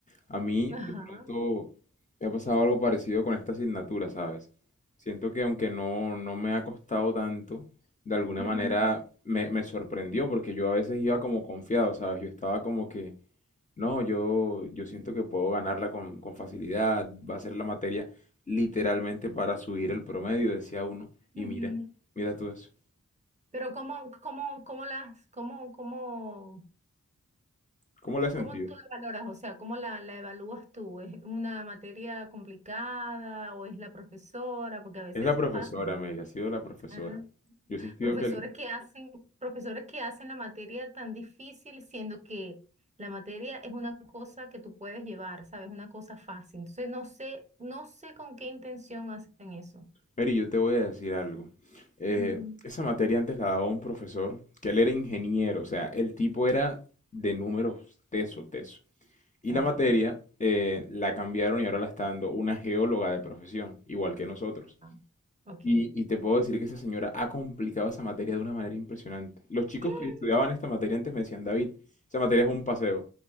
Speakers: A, on the left (about 25°); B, on the right (about 20°).
A: A mí
B: Ajá.
A: de pronto me ha pasado algo parecido con esta asignatura, ¿sabes? Siento que aunque no, no me ha costado tanto, de alguna
B: ujú,
A: manera me, me sorprendió porque yo a veces iba como confiado, ¿sabes? Yo estaba como que, no, yo, yo siento que puedo ganarla con, con facilidad. Va a ser la materia literalmente para subir el promedio, decía uno. Y
B: ujú.
A: mira, mira tú eso.
B: Pero ¿cómo, cómo, cómo las, cómo, cómo,
A: ¿Cómo le has
B: cómo
A: sentido?
B: tú la valoras? O sea, ¿cómo la, la evalúas tú? ¿Es una materia complicada o es la profesora? Porque a veces
A: Es la profesora,
B: eso pasa.
A: Mary, ha sido la profesora.
B: Ah.
A: Yo he sentido
B: Profesores
A: que... el-
B: que hacen, profesores que hacen la materia tan difícil, siendo que la materia es una cosa que tú puedes llevar, ¿sabes? Una cosa fácil. Entonces no sé, no sé con qué intención hacen eso.
A: Mary, yo te voy a decir algo. Eh,
B: Ujú.
A: esa materia antes la daba un profesor, que él era ingeniero, o sea, el tipo era de números teso, teso. Y
B: Ok.
A: la materia eh, la cambiaron y ahora la está dando una geóloga de profesión, igual que nosotros.
B: Ah, ok.
A: Y, y te puedo decir que esa señora ha complicado esa materia de una manera impresionante. Los chicos
B: <gasps>
A: que estudiaban esta materia antes me decían, David, esa materia es un paseo.